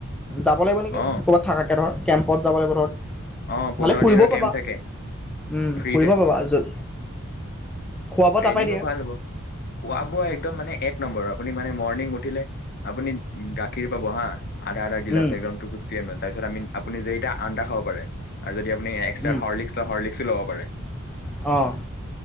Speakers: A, in the centre; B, on the left.
A: যাব লাগিব নেকি,
B: অ
A: ক'বাত থাকাকে ধৰ কেম্পত যাব লাগিব ধৰ।
B: অ পোন্ধৰ
A: ভালে ফুৰিবও
B: দিনৰ
A: পাবা,
B: কেম্প থাকে
A: উম
B: ফ্ৰীতে
A: ফুৰিবও পাবা য'ত খোৱা বোৱা
B: ট্ৰেইনিংও
A: তাৰপৰাই দিয়ে
B: ভাল হ'ব খোৱা বোৱা একদম মানে এক নম্বৰ। আপুনি মানে মৰ্ণিং উঠিলে আপুনি গাখীৰ পাব হা আধা আধা গিলাচ,
A: উম,
B: একদম টু ফিফটি এম এল। তাৰপিছ আমি আপুনি যেইটা আন্দা খাব পাৰে, আৰু যদি আপুনি পিছত
A: উম।
B: হৰ্লিক্স লয়, হৰ্লিক্সো ল'ব পাৰে।
A: অঁ।